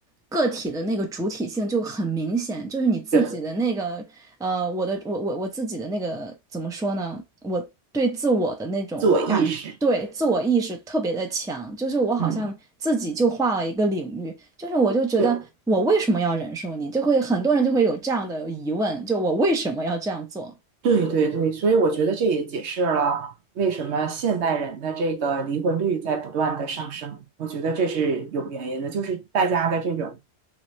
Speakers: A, in the centre; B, on the right.
A: 个体的那个主体性就很明显，就是你自己的那个，
B: 对，
A: 呃，我的，我我我自己的那个怎么说呢？我对自我的那种感觉，
B: 自我意识，
A: 对自我意识特别的强，就是我好像自己就画了一个领域，
B: 嗯，
A: 就是我就觉得我为什么要忍受你，
B: 对，
A: 就会很多人就会有这样的疑问，就我为什么要这样做？
B: 对对对，所以我觉得这也解释了为什么现代人的这个离婚率在不断的上升。我觉得这是有原因的，就是大家的这种，